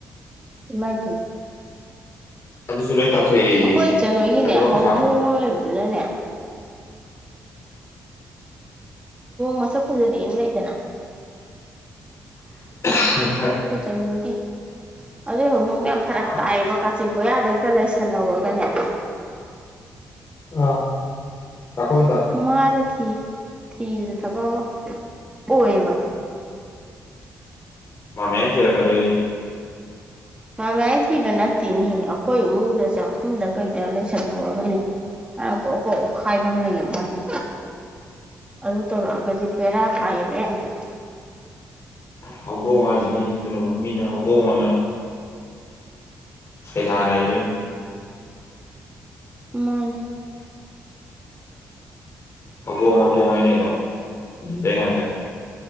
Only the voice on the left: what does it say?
ꯑꯗꯨꯁꯨ ꯂꯣꯏ ꯇꯧꯊꯣꯛꯑꯦꯌꯦ
ꯑꯗꯨꯒ
ꯄꯩꯁꯥ ꯎꯝ
<unintelligible>
ꯑꯥ
ꯑꯥ ꯆꯥꯛꯈꯨꯝꯗ
ꯃꯥꯝꯃꯥꯌꯥꯏ ꯊꯤꯔꯛꯀꯗꯣꯏꯅꯦ
ꯍꯧꯗꯣꯡ ꯍꯥꯏꯁꯤꯅꯤꯅꯦ ꯑꯗꯨꯅꯕꯨ ꯃꯤꯅ ꯍꯧꯗꯣꯡ ꯑꯅ ꯁꯩꯊꯥꯅꯔꯤꯗꯨꯅꯤ
ꯍꯧꯗꯣꯡ ꯍꯧꯗꯣꯡ ꯍꯦꯏꯅꯩꯗꯣ ꯑꯗꯨꯗꯩ ꯉꯥꯛꯇꯅꯦ